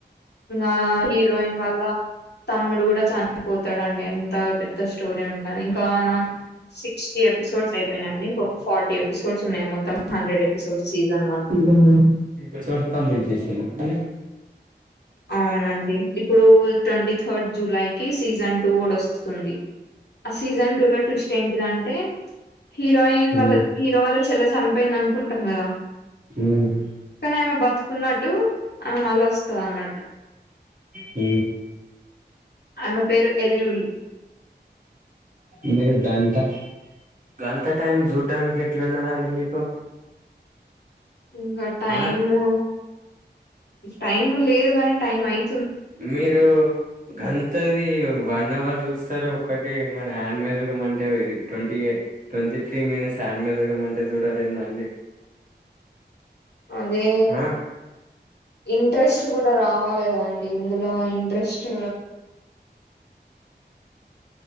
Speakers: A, on the left; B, on the right.
A: ఆ హీరోయిన్ వాళ్ళ తమ్ముడు కూడా చనిపోతాడు అండి ఎంత పెద్ద స్టోరీ ఉంది అండి ఇంకా నా సిక్స్టీ ఎపిసోడ్స్ అయిపోయినండి ఇంకొక ఫార్టీ ఎపిసోడ్స్ ఉన్నాయి మొత్తం హండ్రెడ్ ఎపిసోడ్స్ సీజన్ వన్
B: ఉమ్ ఒక్కసారి కంప్లీట్ చేసిండ్ల అండి
A: అవునండి ఇప్పుడు ట్వంటీ థర్డ్ జూలైకి సీజన్ టూ కూడా వస్తుంది ఆ సీజన్ టూ లో ట్విస్ట్ ఏంటిదంటే హీరోయిన్ ఇ మల్లన్
B: ఉమ్
A: హీరో వాళ్ళ చెల్ల చనిపోయింది అనుకుంటాం కదా
B: ఉమ్
A: పక్కనే ఆమె బతుకున్నట్టు ఆమె మళ్ళ వస్తంది అన్న
B: హ
A: అయమ్మ పేరు ఎల్యూల్
B: మేరు బేన్ త గంత టైం చూడ్డానికి ఎట్లున్నదండి మీకు?
A: ఇంకా టైము
B: ఆ
A: టైం లేదు కాని టైం అయి
B: మీరు? గంతవి వన్ అవర్ చూస్తారు ఒకటి మన హ్యాండ్ మదడం అంటే ఇది ట్వంటీ ఎ ట్వంటీ త్రీ మిని శాండ్ మీద చూడడం అంటే చూడరు ఏంద అండి
A: అదే
B: ఆ
A: ఇంట్రెస్ట్ కూడా రావాలదండి ఇందులో ఇంట్రెస్ట్